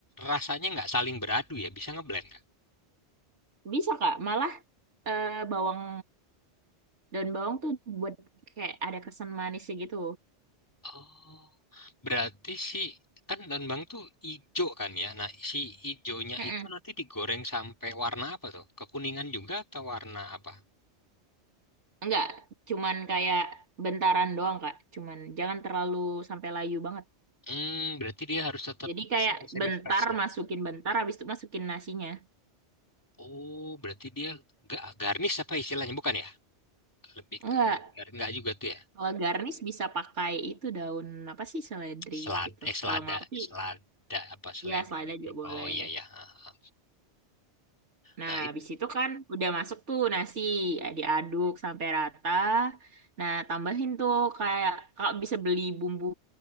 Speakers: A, on the left (about 15°); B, on the right (about 75°).
A: rasanya nggak saling beradu ya bisa ngeblend nggak?
B: Bisa, Kak. Malah eh, bawang daun bawang tuh buat kayak ada kesan manisnya gitu.
A: Oh berarti si kan daun bawang tuh ijo kan ya. Nah si ijonya
B: Mm-mm.
A: itu nanti digoreng sampai warna apa tuh? Kekuningan juga atau warna apa?
B: Enggak, cuman kayak bentaran doang, Kak. Cuman jangan terlalu sampai layu banget.
A: Hmm berarti dia harus tetap
B: Jadi kayak
A: semi semi
B: bentar
A: fresh ya.
B: masukin bentar habis itu masukin nasinya.
A: Oh berarti dia gak garnish apa istilahnya bukan ya? Lebih
B: Enggak.
A: ke buat gar- nggak juga tuh ya?
B: Kalau garnish bisa pakai itu daun apa sih seledri
A: Selada,
B: gitu.
A: eh selada,
B: Kalau mau sih
A: selada apa selada
B: ya selada
A: gitu.
B: juga boleh.
A: Oh iya ya. Ha, ha.
B: Nah,
A: Nah itu
B: habis itu kan udah masuk tuh nasi, ya, diaduk sampai rata. Nah, tambahin tuh kayak kakak bisa beli bumbu